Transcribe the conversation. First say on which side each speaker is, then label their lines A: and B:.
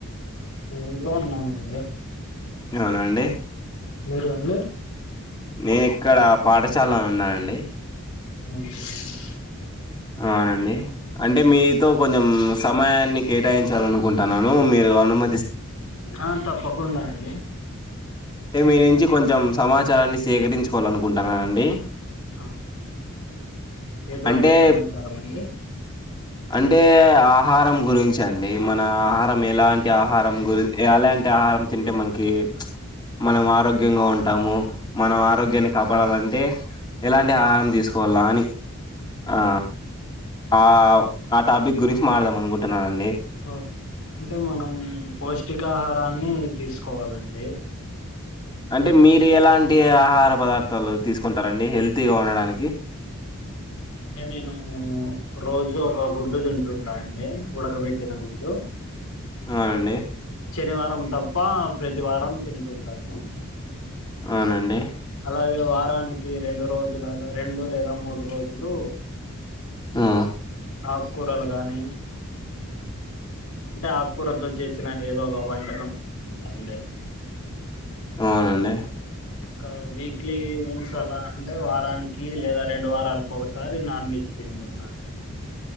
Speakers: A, on the left (about 70°); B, on the left (about 20°).
A: ఇంట్లో ఉన్నానండి
B: అవున అండి
A: మీరు అండి
B: నేను ఇక్కడ పాఠశాలో ఉన్నానండి
A: ఓకే అండి
B: అవునండి అంటే మీతో కొంచం సప్ సమయాన్ని కేటాయించాలనుకుంటున్నాను మీరు అనుమ
A: అ తప్పకుండా అండి
B: అంటే మీ నుంచి కొంచెం సమాచారాన్ని సేకరించుకోవాలనుకుంటున్నానండి
A: ఆ ఎటువంటి
B: అంటే
A: సమాచారం అండి
B: అంటే ఆహారం గురించి అండి మన ఆహారం ఎలాంటి ఆహారం గురి ఎలాంటి టి ఆహారం తింటే మనకి మనం ఆరోగ్యంగా ఉంటాము మనం ఆరోగ్యాన్ని కాపాడాలంటే ఎలాంటి ఆహారం తీసుకోవాలా అని ఆ ఆ ఆ టాపిక్ గురించి మాట్లాడుదాం అనుకుంటున్నానం
A: ఓ అంటే మనం పోష్ పౌష్టికాహారాన్ని తీసుకోవాలండి
B: అంటే మీరు ఎలాంటి ఆహార పదార్థాలు తీసుకుంటారండి హెల్తిగా ఉండటానికి
A: అంటే నేను రోజు ఒక గుడ్డు తింటుంటా అండి ఉడకబెట్టిన గుడ్డు
B: అవునండి
A: శనివారం తప్ప ప్రతివారం తింటుంటాను
B: అవునండి
A: అలాగే వారానికి రెండు రోజులలో రెండు లేదా మూడు జులు
B: ఆ
A: ఆకుకూరలు గానీ అంటే ఆకుకూరతో చేసిన ఏదో ఒక వంటకం ట అండి
B: అవునండి
A: ఒక వీక్లీ వన్స్ అలా అంటే వారానికి లేదా రెండు వారాలకు ఒకసారి నాన్ వెజ్ తింటుంటా అంటే